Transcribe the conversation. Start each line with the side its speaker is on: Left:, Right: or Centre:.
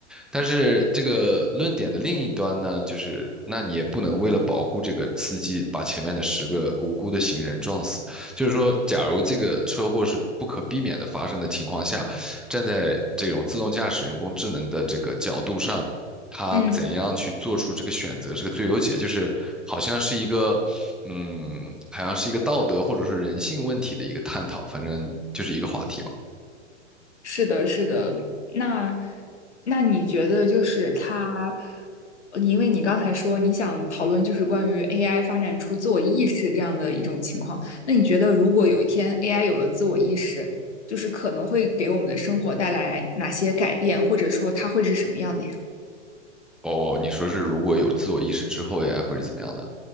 Centre: 但是这个论点的另一端呢，就是那你也不能为了保护这个司机，把前面的十个无辜的行人撞死。就是说，假如这个车祸是不可避免的发生的情况下，站在这种自动驾驶、人工智能的这个角度上。它怎样去做出这个选择是个最优解，
Left: 嗯，
Centre: 就是好像是一个嗯，好像是一个道德或者是人性问题的一个探讨，反正就是一个话题嘛。
Left: 是的，是的。那那你觉得就是它，呃你因为你刚才说你想讨论就是关于 AI 发展出自我意识这样的一种情况，那你觉得如果有一天 AI 有了自我意识，就是可能会给我们的生活带来哪些改变，或者说它会是什么样的呀？
Centre: 哦，你说是如果有自我意识之后呀，或者怎么样的？